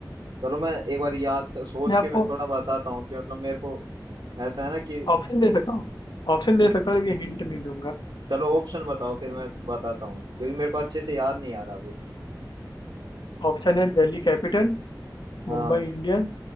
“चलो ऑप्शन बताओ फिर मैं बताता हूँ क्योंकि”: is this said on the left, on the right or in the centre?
Right